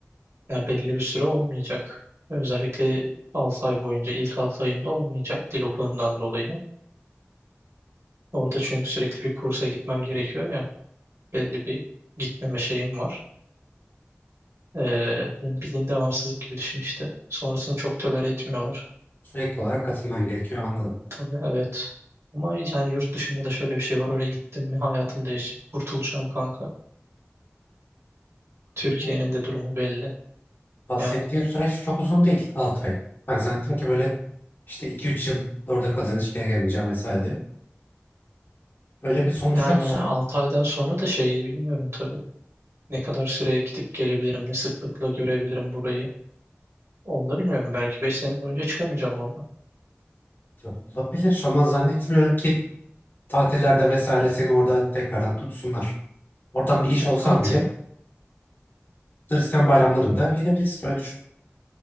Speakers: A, on the right (about 75°); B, on the left (about 45°).
A: Ya belli bir süre olmayacak. Özellikle 6 ay boyunca ilk 6 ayımda olmayacak dil okulundan dolayı. Orada çünkü sürekli bir kursa gitmem gerekiyor ya. Belli bir gitmeme şeyim var. Ee, bildiğin devamsızlık gibi düşün işte. Sonrasını çok tolere etmiyorlar.
B: Sürekli olarak katılman gerekiyor anladım.
A: Tabii evet. Ama yani yurt dışında da şöyle bir şey var. Oraya gittim mi hayatım değişecek. Kurtulacağım kanka. Türkiye'nin
B: Kanka,
A: de durumu belli.
B: bahsettiğin
A: Yani
B: süreç çok uzun değil. 6 ay. Ben zannettim ki böyle işte iki üç yıl orada kalacaksın hiç geri gelmeyeceğim vesaire diye. Öyle bir sonuç
A: yani
B: yoksa
A: 6 aydan sonra da şeyi bilmiyorum tabii. Ne kadar süreye gidip gelebilirim, ne sıklıkla görebilirim burayı. Onu da bilmiyorum. Belki 5 sene boyunca çıkamayacağım oradan.
B: ya olabilir ama zannetmiyorum ki tatillerde vesaire seni orada tekrardan tutsunlar. Oradan bir iş
A: E,
B: olsan
A: tatil.
B: bile Hristiyan bayramlarında gelebilirsin. Öyle düşün.